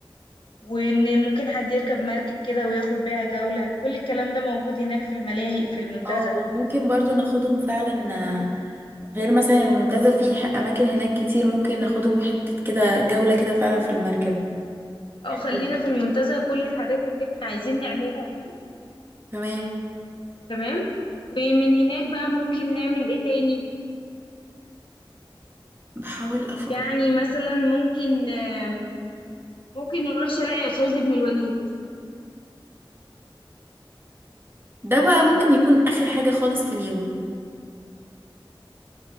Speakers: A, on the left; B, on the right.
A: وان ممكن حد يركب مركب كده وياخد بيها جولة كل الكلام ده موجود هناك في الملاهي في المنتزه
B: اه ممكن برضو ناخدهم فعلا آه، غير مثلا المنتزه فيه اماكن هناك كتير ممكن ناخدهم حته كده جوله كده فعلا في المركب
A: اه
B: حلو.
A: خلينا في المنتزه كل الحاجات اللي احنا عايزين نعملها دي
B: تمام
A: تمام ومن هناك بقى ممكن نعمل ايه تاني
B: بحاول افكر
A: يعني مثلا ممكن آه، ممكن نروح شارع خالد بن الوليد
B: ده بقى ممكن يكون اخر حاجة خالص في اليوم